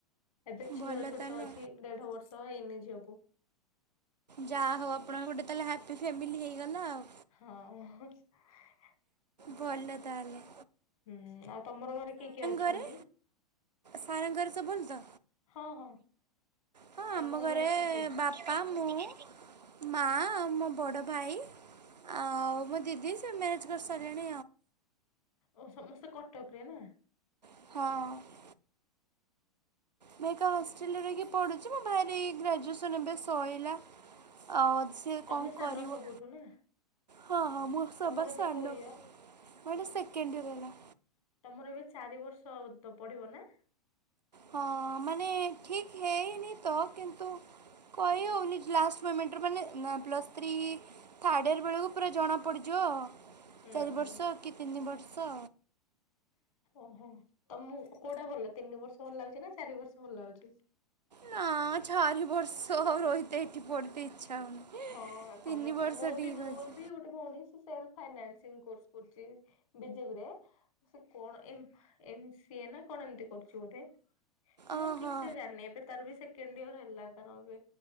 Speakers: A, on the left (about 55°); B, on the right (about 80°).
A: ଏବେ ଝିଅ
B: ଭଲ
A: ଛୋଟ
B: ତାହେଲେ
A: ଅଛି ଦେଢ ବର୍ଷ ହେଇନି ଝିଅକୁ।
B: ଯାହା ହଉ ଆପଣଙ୍କ ଗୋଟେ ତାହେଲେ ହ୍ୟାପି ଫେମିଲି ହେଇଗଲା ଆଉ।
A: ହଁ।
B: ଭଲ ତାହାଲେ।
A: ହୁଁ ଆଉ ତମର ଘରେ କିଏ କିଏ ଅଛନ୍ତି?
B: ଘରେ ସାରଙ୍କ ଘରେ ସବୁଭଲ ତ
A: ହଁ ହଁ
B: ହଁ
A: ତମର
B: ଆମ ଘରେ
A: କିଏ କିଏ
B: ବା ମାମୁଁ ମା ଆଉ ମୋ ବଡ ଭାଇ ଆଉ ମୋ ଦିଦି ସେ ମ୍ୟାରେଜ୍ କରି ସାରିଲେଣି।
A: ଓ ସମସ୍ତେ କଟକରେ ନା।
B: ହଁ। ମେ ଏକା ହଷ୍ଟେଲରେ ରହିକି ପଢ଼ୁଛି ମୋ ଭାଇ ର ଏ ଗ୍ରାଜୁଏସନ୍ବେ ଏବେ ସଇଲା ଅ ସିଏ
A: ତମେ
B: କଣ
A: ସାନ
B: କରିବ।
A: ସବୁଠୁ ନା
B: ହଁ ହଁ ମୁଁ ସଭା
A: ତମର ଏବେ
B: ସାନ
A: କୋଉ ଇୟର?
B: ମୋର ସେକେଣ୍ଡିୟର ହେଲା।
A: ତମର ଏବେ ଚାରି ବର୍ଷ ତ ପଢିବ ନା?
B: ହଁ ମାନେ ଠିକ ହେଇନି ତ କିନ୍ତୁ କହି ହେଉନି ଲାଷ୍ଟ ମିମେଣ୍ଟରେ ମାନେ ନା ପ୍ଲସ୍ ଥ୍ରୀ ଥାର୍ଡ଼ ୟର ବେଳକୁ ପୁରା ଜଣାପଡ଼ିଯିବ
A: ହୁଁ
B: ଚାରି
A: ହୁଁ
B: ବର୍ଷ କି ତିନି ବର୍ଷ।
A: ଓହୋ ତମ କୋଉଟା ଭଲ ତିନି ବର୍ଷ ଭଲ ଲାଗୁଛି ନା ଚାରି ବର୍ଷ ଭଲ ଲାଗୁଛି।
B: ନା ଚାରି ବର୍ଷ ରହିତେ ଏଠି ପଢିତେ ଇଚ୍ଛା ହଉନି।
A: ହଁ ସମସ୍ତେ
B: ତିନି ବର୍ଷ
A: ମୋର
B: ଠିକ୍
A: ବି ମୋର
B: ଅଛି
A: ବି ଗୋଟେ ଭଉଣୀ ଅସି ସେଲ୍ଫ ଫାନାଇନାନ୍ସସିଆଲ କୋର୍ସ କରୁଛି ବିଜେପି ରେ। ସେ କଣ ଏମ୍ ଏମ୍ ସିଏ ନା କଣ ଏମତି କରୁଛି ବୋଧେ। ମୁଁ
B: ଓହୋ
A: ଠିକ୍ ସେ ଜାଣିନି ଏବେ ତାର ବି ସେକେଣ୍ଡ ଇୟର ହେଲା ତାର ଏବେ